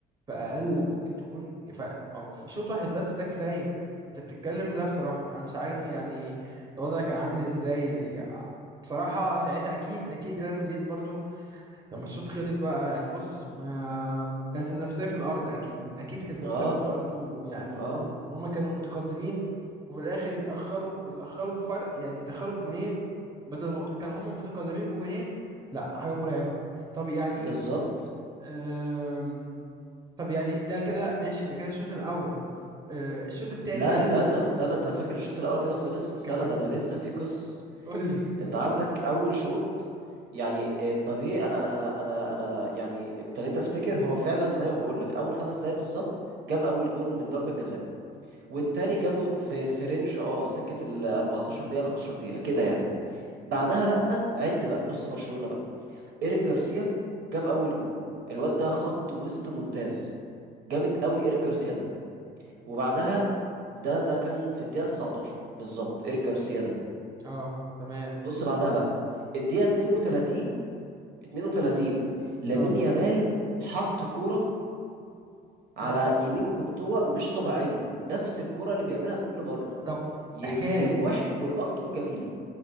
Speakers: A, on the right; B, on the right.
A: في اقل ممكن تكون ف... او في شوط واحد بس ده كفاية انت بتتكلم لا بصراحة انا مش عارف يعني الوضع كان عامل ازاي بصراحة ساعتها اكيد اكيد ريال مدريد برضو لما الشوط خلص بقى يعني بص ما كانت النفسية في الأرض أكيد أكيد كانت النفسية
B: اه
A: في الأرض ويعني
B: اه
A: إن هما كانوا متقدمين وفي الآخر يتأخروا يتأخروا بفرق يعني يتأخروا بجونين بدل ما كانوا هما متقدمين بجونين لا حاجة مرعبة طب يعني
B: بالظبط
A: أم... طب يعني ده كده ماشي ده كده الشوط الأول أه الشوط التاني
B: لا
A: هل
B: استنى
A: أه
B: استنى انت فاكر الشوط الاول كده خلص استنى
A: كمان
B: ده انا لسه في قصص
A: <laughs> قول لي
B: انت عندك اول شوط يعني امبابي انا انا انا انا يعني ابتديت افتكر هو فعلا زي ما بقول لك اول خمس دقايق بالظبط جاب اول جون من ضربة جزاء والتاني جابه في في رينج اه سكة ال 14 دقيقة 15 دقيقة كده يعني بعدها بقى عد بقى بص برشلونة إيريك جارسيا جاب أول جون الواد ده خط وسط ممتاز جامد قوي إيريك جارسيا ده وبعدها ده ده كان في الدقيقة 19 بالظبط إيريك جارسيا ده
A: اه تمام
B: بص بعدها بقى الدقيقة 32 32 لامين
A: اه
B: يامال حط كورة على
A: مم.
B: يمين كورتوا مش طبيعية نفس الكرة اللي بيعملها كل مرة
A: طب
B: ي-
A: احكيها
B: يلم
A: لي
B: واحد والارتو الجميلة